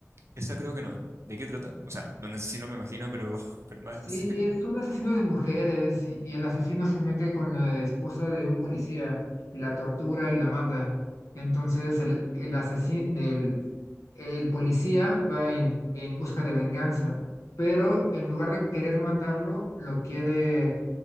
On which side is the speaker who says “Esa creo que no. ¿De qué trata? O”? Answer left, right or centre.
Right